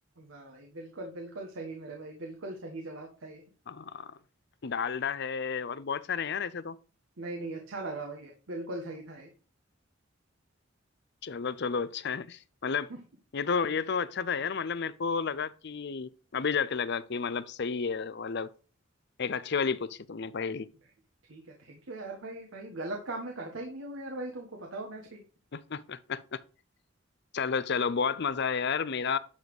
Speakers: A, on the right (about 90°); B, on the left (about 60°).
A: वाह भाई बिल्कुल बिल्कुल सही मेरे भाई बिल्कुल सही जवाब था ये
B: हाँ, डालडा है और बहुत सारे हैं यार ऐसे तो
A: नहीं नहीं अच्छा लगा भाई ये बिल्कुल सही था ये
B: चलो चलो अच्छा है मतलब
A: <laughs>
B: ये तो ये तो अच्छा था यार मतलब मेरे को लगा कि अभी जाके लगा कि मतलब सही है मतलब
A: नहीं,
B: एक अच्छी वाली पूछी तुमने पहेली
A: नहीं, ठीक है थैंक यू यार भाई भाई गलत काम में करता ही नहीं हूँ यार भाई तुमको पता होना चाहिए
B: <laughs> चलो चलो बहुत मजा आया यार मेरा